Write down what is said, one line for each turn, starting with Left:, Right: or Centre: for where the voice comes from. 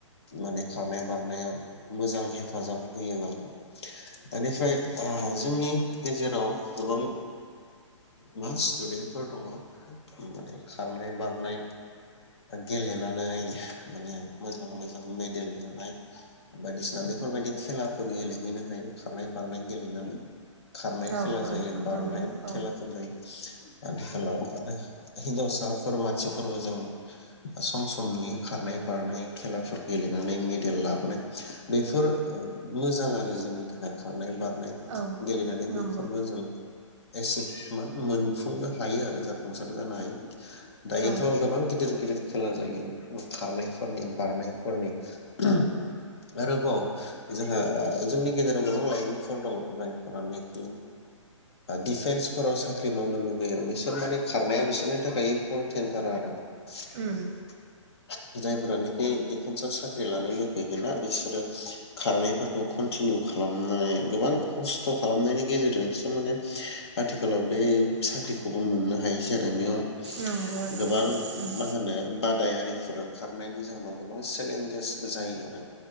Left: माने खारनाय बारनाया मोजां हेफाजाब होयो आरो बेनिफ्राय ओ जोंनि गेजेराव गोबां मा स्टुडेन्टफोर दङ माने खारनाय बारनाय गेलेनानै माने मोजां मोजां मेदेल लानाय बायदिसिना बेफोरबायदि खेलाफोर गेलेहैनो हायो खारनाय बारनाय गेलेनानै खारनाय
Right: औ
Left: खेला
Right: औ
Left: जायो बारनाय
Right: नंगौ औ
Left: खेलाफोर जायो आथिखालाव आरो हिनजावसाफोर मानसिफोरबो जों सम सम नुयो खारनाय बारनाय खेलाफोर गेलेनाय माने मेडेल लाबोनाय बेफोर मोजां आरो जोंनि थाखाय खारनाय बारनाय
Right: औ
Left: गेलेनानै
Right: नंगौ
Left: बेफोरबो जों एसे मान मोनफुंनो हायो आरो जाफुंसार जानो हायो दायोथ'
Right: औ
Left: गोबां गिदिर गिदिर खेला जायो खारनायफोरनि बारनायफोरनि आरोबाव जोंहा जोंनि गेजेराव गोबां लाइमोनफोर दङ जायफोरानोखि ओ डिफेन्सफोराव साख्रि मावनो लुगैयो बिसोर माने खारनाया बिसोरनि थाखाय इम्परटेन्टथार आरो <unintelligible>
Right: उम
Left: जायफोरानाखि डिपेन्स आव साख्रि साख्रि लानो लुगैयोना बिसोरो खारनायफोरखौ कन्टिनिउ खालामनानै गोबां खस्थ' खालामनायनि गेजेरजोंसो माने आथिखालाव बे साख्रिखौबो मोननो हायोसै आरो बेयाव
Right: नंगौ आरो
Left: गोबां
Right: बेथ' उम
Left: मा होनो बादायारि फोर ओंखारनायनि जाहोनाव गोबां चेलेन जायो दाना